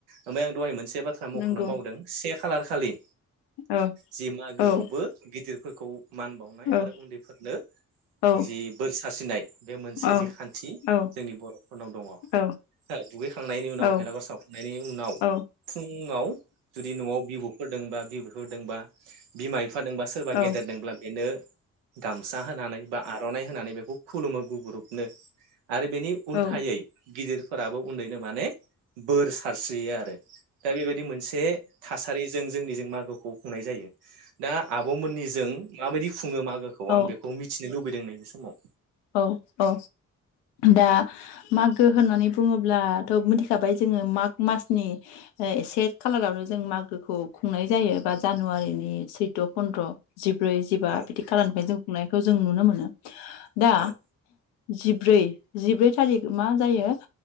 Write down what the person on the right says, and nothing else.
ओमफ्राय आं दहाय मोनसे बाथ्रा मख'नो
बावदों से खालार खालि
जि मागोयावबो
गिदिर फोरखौ मान बावनाय
आरो उन्दैफोरनो
जि बोर सारसिनाय बे मोनसे
जि खान्थि।
जोंनि बर'फोरनाव दङ
दुगैखांनायनि उनाव
भेलागुर सावखांनायनि उनाव
फुंङाव जुदि न'आव बिबु फोरदोंबा <unintelligible> बिमाय फादोंबा सोरबा
गेदेर दोंब्ला बेनो गामसा होनानै बा आर'नाइ होनानै बे खौ खुलुमो गुगुरुबनो। आरो बेनि उल्थायै
गिदिरफोराबो उनदैनो माने बोर सारस्रियो आरो दा बेबायदि मोनसे थासारि जों जोंनिजों मागोखौ खुंनाय जायो। दा आब मोननिजों माबायदि‌ खु खुङो मागोखौ आं
बेखौ मिथि नो लुबैदों नैबे समाव।
औ
औ